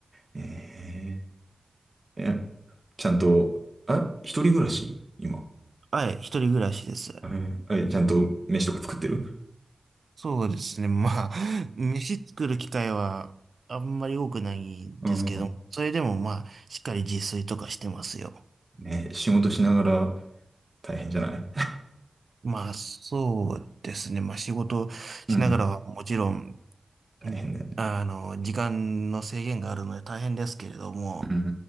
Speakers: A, on the right; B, on the right.
A: えー、え、ちゃんと、あ、一人暮らし今。
B: はい、一人暮らしです。
A: えーえ、ちゃんと飯とか作ってる
B: そうですね。まあ、<laughs> 飯作る機会はあんまり多くないんですけど、
A: うん。
B: それでもまあ、しっかり自炊とかしてますよ。
A: ね、仕事しながら大変じゃない
B: まあ、そうですね。まあ、仕事しながらはもちろん、
A: うん。大変だよね。
B: うんあの、時間の制限があるので大変ですけれども、
A: うんうん